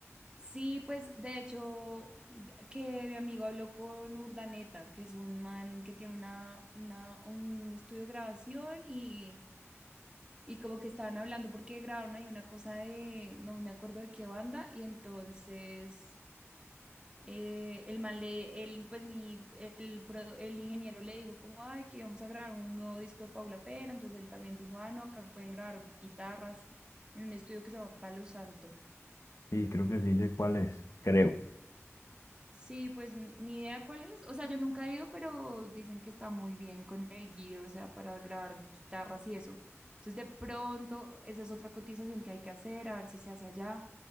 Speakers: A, on the right; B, on the left.
A: Sí, pues de hecho, d- que mi amigo habló con Urdaneta, que es un man que tiene una, una, un estudio de grabación y y como que estaban hablando porque grabaron ahí una cosa de, no me acuerdo de qué banda, y entonces eh, el man le, él pues mi, el, pro- el ingeniero le dijo como, ay, que vamos a grabar un nuevo disco de Paula Pera, entonces él también dijo, ah, no, acá pueden grabar guitarras en un estudio que se llama Palo Santo.
B: Sí, creo que sí sé cuál es. creo.
A: Sí, pues n- ni idea cuál es, o sea, yo nunca he ido, pero dicen que está muy bien con el gear, o sea, para grabar guitarras y eso. Entonces, de pronto, esa es otra cotización que hay que hacer, a ver si se hace allá.